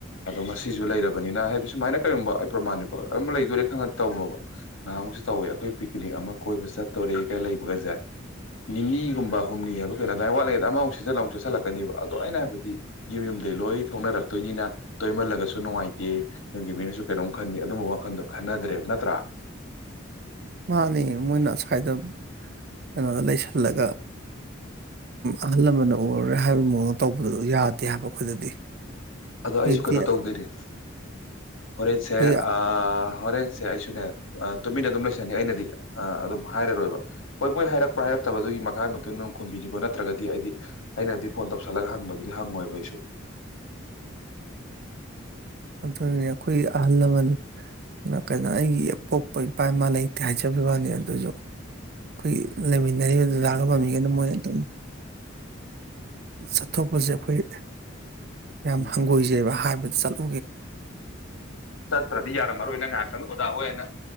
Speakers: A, on the left; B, on the right.
A: ꯑꯗꯣ ꯉꯁꯤꯁꯨ ꯂꯩꯔꯕ ꯕꯅꯤꯅ ꯍꯥꯏꯕꯗꯤ ꯁꯨꯃꯥꯏꯅ ꯀꯩꯒꯨꯝꯕ ꯑꯩ ꯄ꯭ꯔꯃꯥꯟꯅꯤꯀꯣ ꯑꯗꯨ ꯂꯩꯗꯣꯏꯣꯔꯦ ꯈꯪ ꯇꯧꯅꯣꯕ ꯅꯍꯥꯟꯃꯨꯛꯁꯨ ꯇꯧꯋꯦ ꯑꯩꯈꯣꯏ ꯄꯤꯛꯅꯤꯛ ꯑꯃ ꯀꯣꯏꯕ ꯆꯠꯇꯣꯔꯦ ꯀꯩ ꯂꯩꯕꯒꯁꯦ ꯅꯤꯅꯤꯒꯨꯝꯕ ꯍꯨꯝꯅꯤ ꯍꯥꯏꯕ ꯀꯩꯅꯣ ꯑꯗꯨꯃꯥꯏ ꯋꯥꯠꯂꯦꯗ ꯑꯃꯃꯨꯛ ꯁꯤꯖꯜꯂꯨ ꯆꯁꯤꯜꯂꯛꯀꯅꯦꯕ ꯑꯗꯣ ꯑꯩꯅ ꯍꯥꯏꯕꯗꯤ ꯌꯨꯝ ꯌꯨꯝꯗꯒꯤꯩ ꯂꯣꯏ ꯊꯣꯛꯅꯔꯛꯇꯣꯏꯅꯤꯅ ꯇꯣꯏꯃꯜꯂꯒꯁꯨ ꯅꯨꯡꯉꯥꯏꯇ ꯅꯪꯒꯤ ꯃꯤꯅꯁꯨ ꯀꯩꯅꯣꯝ ꯈꯟꯅꯤ ꯑꯗꯨꯝꯕ ꯋꯥꯈꯟꯗꯣ ꯈꯟꯅꯗ꯭ꯔꯦꯕ ꯅꯠꯇ꯭ꯔꯥ
B: ꯃꯥꯅꯦ ꯃꯣꯏꯅꯁꯋꯥꯗ ꯀꯩꯅꯣꯗ ꯂꯩꯁꯜꯂꯒ ꯑꯍꯜ ꯂꯃꯟꯅ ꯎꯔꯔꯦ ꯍꯥꯏꯕꯒꯤ ꯃꯑꯣꯡꯗ ꯇꯧꯕꯗ ꯌꯥꯗꯦ ꯍꯥꯏꯕ ꯑꯩꯈꯣꯏꯗꯗꯤ
A: ꯑꯗꯣ ꯑꯩꯁꯨ
B: ꯑꯩꯈꯣꯏꯗꯤ
A: ꯀꯩꯅꯣ ꯇꯧꯗꯣꯏꯅꯦ ꯍꯣꯔꯦꯟꯁꯦ
B: ꯑꯩꯈꯣꯏ
A: ꯑ ꯍꯣꯔꯦꯟꯁꯦ ꯑꯦ ꯇꯨꯃꯤꯟꯅ ꯑꯗꯨꯝ ꯂꯩꯁꯅꯤ ꯑꯩꯅꯗꯤ ꯑꯗꯨꯝ ꯍꯥꯏꯔꯔꯣꯏꯕ ꯍꯣꯏ ꯃꯣꯏ ꯍꯥꯏꯔꯛꯄ ꯍꯥꯏꯔꯛꯇꯕꯗꯨꯒꯤ ꯃꯈꯥꯒꯤ ꯃꯇꯨꯡ ꯏꯟꯅ ꯈꯨꯝꯕꯤꯅꯤꯀꯣ ꯅꯠꯇ꯭ꯔꯒꯗꯤ ꯑꯩꯗꯤ ꯑꯩꯅꯗꯤ ꯐꯣꯟ ꯇꯧꯁꯜꯂꯒ ꯍꯪꯕꯗꯨꯗꯤ ꯍꯪꯉꯣꯏꯕ ꯑꯩꯁꯨ
B: ꯑꯗꯨꯅꯦ ꯑꯩꯈꯣꯏꯒꯤ ꯑꯍꯜ ꯂꯃꯟ ꯀꯩꯅꯣ ꯑꯩꯒꯤ ꯑ ꯄꯣꯛꯄ ꯏꯄꯥ ꯏꯃꯥ ꯂꯩꯇꯦ ꯍꯥꯏꯖꯕ ꯋꯥꯅꯤ ꯑꯗꯨꯁꯨ ꯑꯩꯈꯣꯏ ꯂꯩꯃꯤꯟꯅꯔꯤꯕ ꯄꯃꯤ ꯀꯣ ꯃꯣꯏꯠꯇ ꯆꯠꯊꯣꯛꯄꯁꯦ ꯑꯩꯈꯣꯏ ꯌꯥꯝ
A: ꯎꯝ
B: ꯍꯪꯒꯣꯏꯖꯩꯕ ꯍꯥꯏꯕꯗ ꯆꯠꯂ
A: ꯆꯠꯇ꯭ꯔꯗꯤ ꯌꯥꯔꯝꯃꯔꯣꯏ ꯅꯪ ꯉꯥꯏꯍꯥꯛꯇꯪ ꯑꯣꯖꯥ ꯍꯣꯏ ꯑꯅ